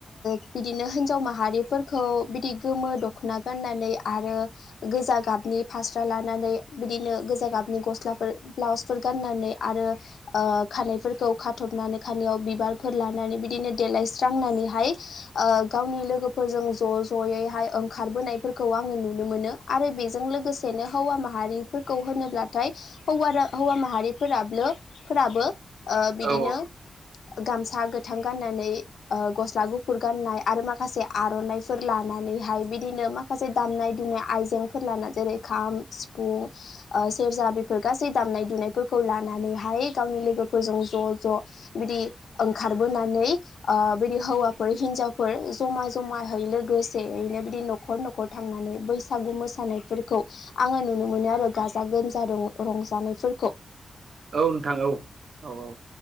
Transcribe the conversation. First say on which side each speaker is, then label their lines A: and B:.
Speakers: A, on the left; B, on the right.
A: बिदिनो हिनजाव माहारिफोरखौ बिदि गोमो दख'ना गाननानै आरो गोजा गाब नि फास्रा लानानै बिदिनो गोजा गाबनि गस्लाफोर ब्लाउस गनानै आरो ओ खफोरखौ खाथबनानै खाव बिबारफोर लानानै बिदिनो देलायस्रांनानै ओ गावनि लोगोफोरजों ज' ज'ैाय ओंखारबोनायफोरखौ आं नुनो मोनो आरो बे जों लोगोसेनो हौवा माहारिफोरखौ होनोब्लाथाय हौवा माहारिफोराब फोराबो ओ बिदिनो
B: औ
A: गामसा गोथां गाननानै ओ गस्ला गुफुर गाननाय आरो माखासे आर'नाइफोर लानो नैहाय बिदिनो माखासे दामनाय दनाय आइजें फोर लाना जेरै खाम सिफुं ओ सेरजा बेफोर गासै दामनाय दुनायफोरखौ लानानै हाय गावनि लोगोफोरजों ज' ज' बिदि ओंखारबोनानै बिदि हौवाफोर हिनजावफोर जमा जमाहै लोगोसेनो बिदि न'खर न'खर थांनानै बैसागु मोस सानायफोरखौ आङो नुनो मोनो आरो गाजा गोमजा रंजानायफोरखौ
B: औ नोंथां औ औ औ।